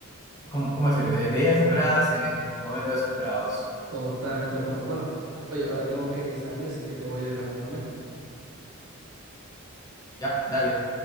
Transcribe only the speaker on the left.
¿cómo, cómo decir? Eh, medidas esperadas en momentos desesperados.
Ya, dale.